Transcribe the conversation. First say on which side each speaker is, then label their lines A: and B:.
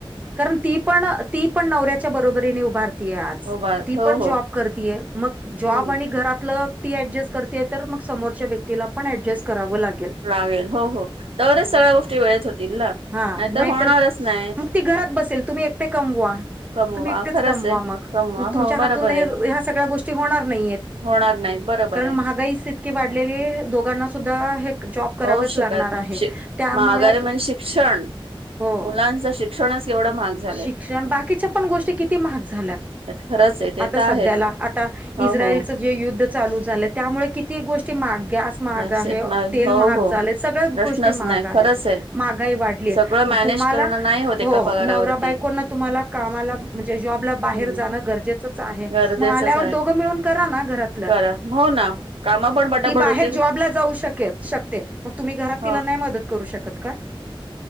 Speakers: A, on the right; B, on the right.
A: कारण ती पण ती पण नवऱ्याच्या बरोबरीने उभारतीय आज.
B: मोबाईल
A: ती
B: हो
A: पण
B: हो
A: जॉब -- करतीय मग जॉब
B: हम्म
A: आणि घरातलं ती ऍडजस्ट करते तर मग समोरच्या व्यक्तीला पण ऍडजस करावं लागेल.
B: लागेल हो. हो. तरच सगळ्या गोष्टी वेळेत होतील ना.
A: हा
B: नाही
A: नाहीतर
B: तर होणारच नाही.
A: मग ती घरात बसेल. तुम्ही एकटे कमवा.
B: कमवा
A: तुम्ही इतटेच
B: खरंच
A: कमवा
B: आहे.
A: मग,
B: कमवा
A: मग तुमच्या
B: हो बरोबर
A: हातून हे
B: आहे
A: ह्या सगळ्या गोष्टी होणार नाहीयेत.
B: होणार नाहीत बरोबर.
A: कारण
B: आहे
A: महागाईस इतकी वाढलेली आहे. दोघांना सुद्धा हे जॉब करावच
B: होऊच शकत
A: लागणार
B: <unintelligible>
A: आहे त्यामुळं
B: महागाई म्हणजे शिक शिक्षण
A: हो
B: मुलांच शिक्षणच एवढं महाग झालंय.
A: शिक्षण बाकीच्या पण गोष्टी किती महाग झाल्या.
B: खरंच आहे ते
A: आता
B: तर
A: सध्याला
B: आहेच
A: आता
B: हो
A: इस्रायलच
B: हो
A: जे युद्ध चालू झालं त्यामुळे किती गोष्टी गॅस महाग
B: जास्त-
A: आहे. तेल
B: हो
A: महाग
B: हो
A: झाले. सगळ्या
B: प्रश्नच
A: गोष्टी महाग
B: नाही
A: आहेत.
B: खरंच आहे
A: महागाई वाढ --
B: सगळं
A: मग
B: मॅनेज
A: तुम्हाला
B: करणं नाही होत एका
A: हो.
B: पगारावरती
A: नवरा बायकोंना तुम्हाला कामाला म्हणजे जॉबला
B: हम्म
A: बाहेर जाणं गरजेचंच आहे.
B: गरजेचंच
A: मग आल्यावर
B: आहे
A: दोघं मिळून कराना घरातलं.
B: करा हो ना काम पण पटापट
A: ती बाहेर
B: होतील
A: जॉब -- जॉब जाऊ शकेल शकते. मग तुम्ही घरात
B: ह
A: तिला नाही मदत -- करू शकत का?